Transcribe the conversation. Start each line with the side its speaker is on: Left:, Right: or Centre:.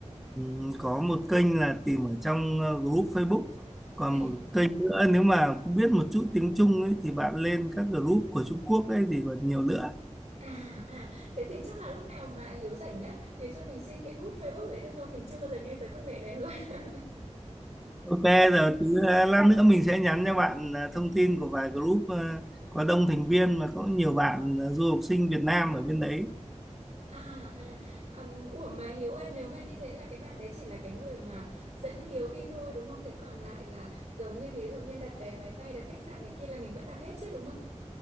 Centre: Ừm, có một kênh là tìm ở trong ờ, group Facebook còn
Right: À.
Centre: một kênh nữa nếu mà cũng biết một chút tiếng Trung ấy thì bạn lên các group của Trung Quốc ấy thì còn nhiều nữa
Right: À, à, thế thì chắc là lúc nào mà Hiếu rảnh nhá, Hiếu cho mình xin cái group Facebook đấy được không? Mình chưa bao giờ nghe tới công nghệ này luôn. <laughs>
Centre: ok giờ
Right: Ừ.
Centre: tí ờ, lát nữa mình sẽ nhắn cho bạn ờ, thông tin của vài group ờ, có đông thành viên và có nhiều bạn ờ, du học sinh Việt Nam ở bên đấy
Right: À, à, um, ủa mà Hiếu ơi, nếu mà như thế là cái bạn đấy chỉ là cái người mà dẫn Hiếu đi thôi đúng không? Thế còn lại là giống như ví dụ như đặt vé máy bay, đặt khách sạn này kia là mình vẫn đặt hết chứ đúng không?